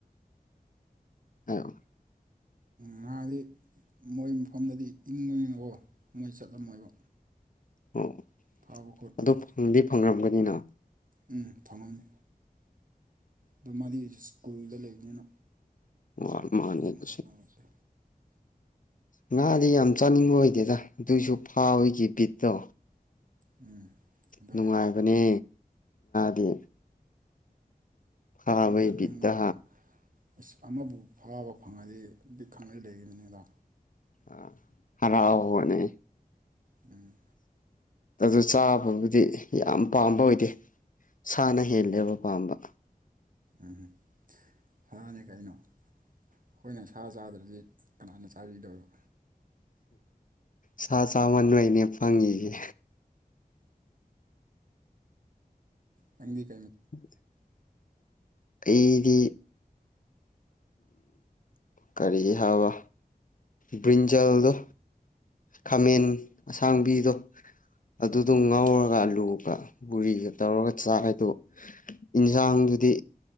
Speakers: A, on the left; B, on the right.
A: ꯍꯥꯏꯑꫭ
B: ꯉꯥꯗꯤ ꯃꯣꯏ ꯃꯐꯝꯗꯗꯤ ꯏꯪꯕꯅꯤꯅꯀꯣ ꯃꯣꯏ ꯆꯠꯂꯝꯃꯣꯏꯕ
A: ꯑꫭ
B: ꯐꯥꯕ ꯈꯣꯠꯄꯗꯣ
A: ꯑꯗꫭ ꯐꯪꯗꯤ ꯐꯪꯔꯝꯒꯅꯤ ꯅꯤꯅ
B: ꯎꯝ ꯐꯝꯃꯝꯅꯤ ꯑꯗꯣ ꯃꯥꯗꯤ ꯍꯧꯁꯨ ꯁ꯭ꯀꯨꯜꯗ ꯂꯩꯕꯅꯤꯅ
A: ꯑꯔ ꯃꯥꯅꯦꯦ
B: ꯑꯗꯨꯒꯨꯝꯕꯗꯣ
A: ꯇꯁ
B: ꯇꯧꯔꯛꯇꯦ
A: ꯉꯥꯗꯤ ꯌꯥꯝ ꯆꯥꯅꯤꯡꯕ ꯑꯣꯏꯗꯦꯗ ꯑꯗꯨꯁꯨ ꯐꯥꯋꯤꯒꯤ ꯕꯤꯠꯇꯣ
B: ꯎꯝ ꯑꯗꯨꯅꯦ
A: ꯅꯨꯡꯉꯥꯏꯕꯅꯦ ꯗꯤ ꯐꯕꯩꯕꯤꯠꯇ
B: ꯅꯨꯡꯉꯥꯏꯕꯅꯤꯅ ꯎꯝ ꯑꯃꯕꯨ ꯐꯥꯕ ꯐꯪꯉꯗꯤꯦꯗꯤ ꯈꯪꯅ ꯂꯩꯔꯤꯕꯅꯤ ꯑꯗ
A: ꯑ ꯍꯔꯥꯎꯕꯅꯦ
B: ꯎꯝ
A: ꯑꯗꯨ ꯆꯥꯕꯕꯨꯗꯤ ꯌꯥꯝ ꯄꯥꯝꯕ ꯑꯣꯏꯗꯦ ꯁꯥꯅ ꯍꯦꯜꯂꯦꯕ ꯄꯥꯝꯕ
B: ꯎꯝꯝ ꯁꯥꯅꯤ ꯀꯩꯅꯣ ꯑꯩꯈꯣꯏꯅ ꯁꯥ ꯆꯥꯗ꯭ꯔꯗꯤ ꯀꯅꯥꯅ ꯆꯥꯕꯤꯗꯣꯏꯕ
A: ꯁꯥ ꯆꯥꯃꯟꯣꯏꯅꯦ ꯐꯪꯉꯁꯦ
B: ꯍ
A: ꯑ ꯑꯩꯗꯤ ꯀꯔꯤꯒꯤ ꯍꯥꯏꯕ ꯕ꯭ꯔꯤꯟꯖꯜꯗꯣ ꯈꯥꯃꯦꯟ
B: ꯑꯣ
A: ꯑꯁꯥꯡꯕꯤꯗꯣ ꯑꯗꯨꯗꯣ
B: ꯎꯝ ꯎꯝ
A: ꯉꯥꯎꯔꯒ ꯑꯂꯨꯒ ꯕꯣꯔꯤꯒ ꯇꯧꯔꯒ ꯆꯥꯏꯗꯣ ꯏꯟꯖꯥꯡꯗꯨꯗꯤ